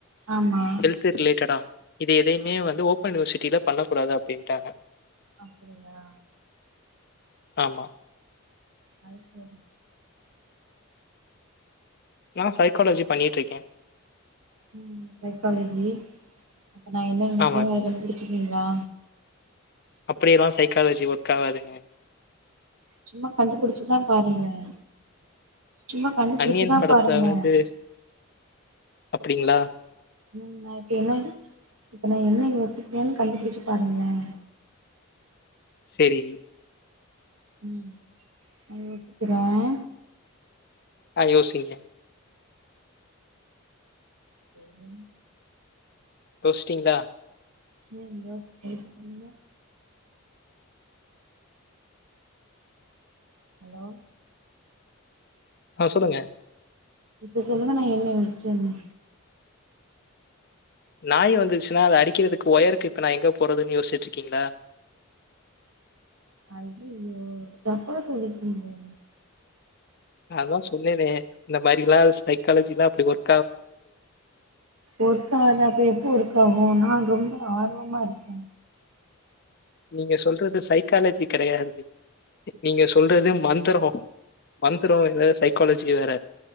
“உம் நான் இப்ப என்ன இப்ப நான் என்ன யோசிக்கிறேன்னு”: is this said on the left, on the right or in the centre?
Right